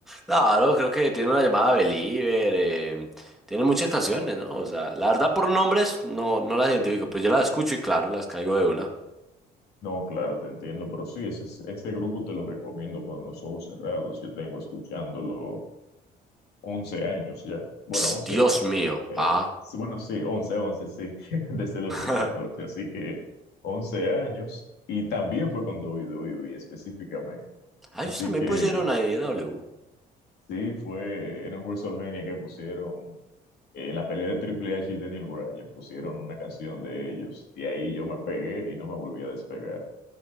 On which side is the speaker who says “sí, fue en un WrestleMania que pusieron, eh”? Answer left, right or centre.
Left